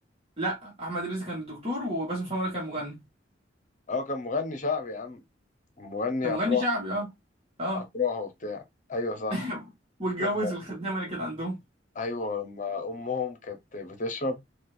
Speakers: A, on the right (about 30°); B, on the left (about 40°).
A: لا احمد رزق كان الدكتور وباسم سمرة كان مغني
B: اه كان مغني شعبي يا عم مغني
A: كان مغني
B: افراح
A: شعبي اه اه
B: افراح وبتاع ايوه صح
A: <laughs> واتجوز
B: لما
A: الخدامه اللي كانت عندهم
B: ايوه لما امهم كانت بتشرب